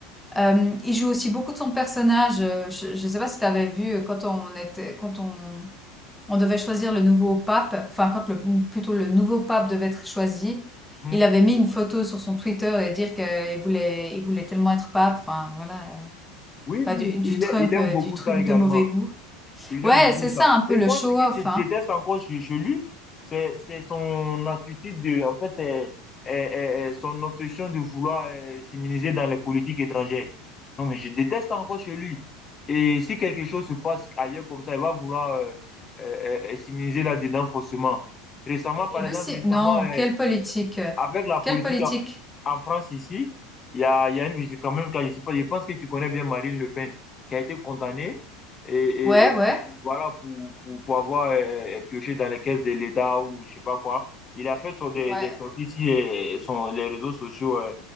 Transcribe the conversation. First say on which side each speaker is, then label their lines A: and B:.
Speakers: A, in the centre; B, on the left.
A: Euh, il joue aussi beaucoup de son personnage. Euh, Je, ne sais pas si tu avais vu euh, quand on était, quand on on devait choisir le nouveau pape, enfin quand le, plutôt le nouveau pape devait être choisi,
B: Mhm.
A: il avait mis une photo sur son Twitter et dire qu'il voulait, il voulait tellement être pape, enfin voilà, euh,
B: Oui,
A: enfin,
B: oui,
A: du, du
B: il,
A: Trump,
B: a- il aime
A: euh,
B: beaucoup
A: du truc
B: ça également.
A: de mauvais goût.
B: Il
A: Ouais,
B: aime beaucoup
A: c'est
B: ça.
A: ça un peu
B: Et
A: le
B: moi,
A: show-off,
B: ce que je déteste
A: hein.
B: encore chez, chez lui, c'est c'est son attitude de, en fait, euh, euh, euh, euh, son obsession de vouloir euh, s'immuniser dans les politiques étrangères. Non, mais je déteste ça encore chez lui. Et si quelque chose se passe ailleurs comme ça, il va vouloir euh, euh, euh, s'immuniser là-dedans forcément. Récemment, par
A: Il
B: exemple,
A: veut si...
B: récemment,
A: Non,
B: euh,
A: quelle politique? euh,
B: avec la politique
A: Quelle politique?
B: en en France ici, il y a, il y a une je- quand même, quand je sais pas, je pense que tu connais bien Marine Le Pen, qui a été condamnée et, et-
A: Ouais,
B: et
A: ouais,
B: voilà pour, pour, pour avoir euh, euh, pioché dans les caisses de l'État ou je sais pas quoi. Il a fait sur des,
A: ouais,
B: des sorties sur euh, son- les réseaux sociaux, euh,